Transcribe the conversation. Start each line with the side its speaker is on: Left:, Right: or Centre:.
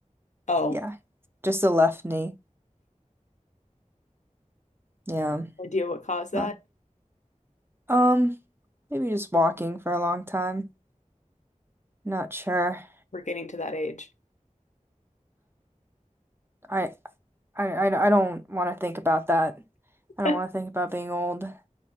Left: Oh,
Right: Yeah, just the left knee. Yeah,
Left: no idea what caused that?
Right: not um, maybe just walking for a long time. Not sure.
Left: We're getting to that age.
Right: I I I, I don't want to think about that. I don't
Left: <laughs>
Right: want to think about being old.